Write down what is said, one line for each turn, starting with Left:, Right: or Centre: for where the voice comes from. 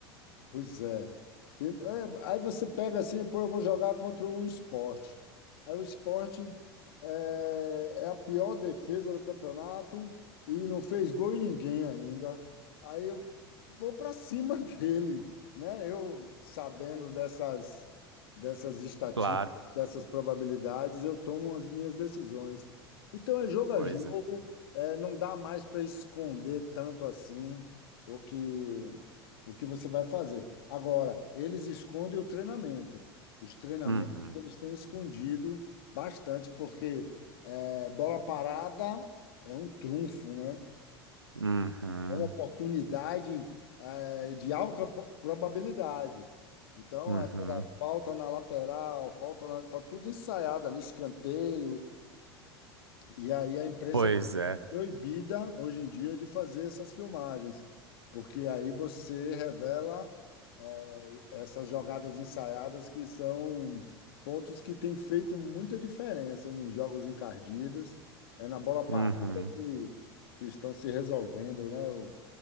Left: Pois é. Tem- é, Aí você pega assim, pô, eu vou jogar contra o esporte. Aí o esporte é, é a pior defesa do campeonato e não fez gol em ninguém ainda. Aí eu vou para cima <laughs> dele, né? Eu sabendo dessas, dessas estatísticas,
Right: Claro,
Left: dessas probabilidades, eu tomo as minhas decisões. Então é jogo a
Right: pois
Left: jogo,
Right: é.
Left: é, não dá mais para esconder tanto assim o que o que você vai fazer. Agora, eles escondem o treinamento. Os treinamentos
Right: Uhum,
Left: eles têm escondido bastante, porque é, bola parada é um trunfo, né?
Right: uhum,
Left: É uma oportunidade é, de alta po- probabilidade. Então,
Right: uhum.
Left: é aquela falta na lateral, falta na, tá tudo ensaiado ali, escanteio. E aí a imprensa
Right: Pois é.
Left: é proibida hoje em dia de fazer essas filmagens, porque aí você revela é, essas jogadas ensaiadas que são pontos que têm feito muita diferença em jogos encardidos. É na bola
Right: Uhum.
Left: parada que, que estão se resolvendo, né? o-